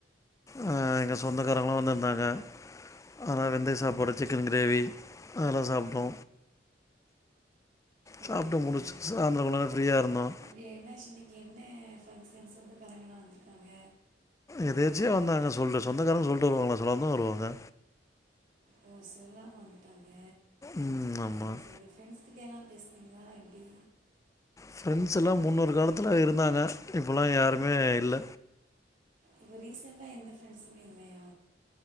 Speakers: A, on the left; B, on the right.
A: ஆ எங்க சொந்தக்காரவுங்களா வந்துருந்தாங்க அதனால வெந்தய சாப்பாடு வச்சி சிக்கன் கிரேவி அதெல்லா சாப்ட்டோ
B: ஓகே
A: சாப்பிட்டு
B: ஓகே
A: முடிச்சு சாயந்தரம் கொஞ்ச நேரம் ஃப்ரீயாக இருந்தோம்
B: அப் ஏ என்னாச்சி இன்னக்கி என்ன ஃபங்க்ஷன் சொந்தக்காரங்களா வந்துருக்காங்க
A: எதேர்ச்சியா வந்தாங்க சொல் சொந்தக்காரங்க சொல்ட்டு வருவாங்களா சொல்லாமதா வருவாங்க
B: ஓ சொல்லாம வந்துட்டாங்க
A: ம் ஆமாம்
B: செரி செரி ஃப்ரெண்ட்ஸ் கிட்ட எல்லா பேசுவீங்களா எப்டி
A: ஃப்ரெண்ட்ஸ் எல்லா முன்னொரு காலத்துல இருந்தாங்க இப்பல்லா யாருமே இல்ல
B: இப்ப ரீசண்ட்டா எந்த ஃப்ரெண்ட்ஸ்மே இல்லையா